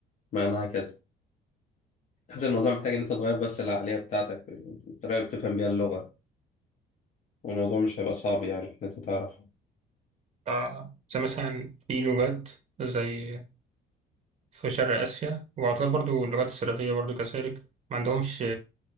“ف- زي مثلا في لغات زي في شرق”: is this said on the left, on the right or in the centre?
Right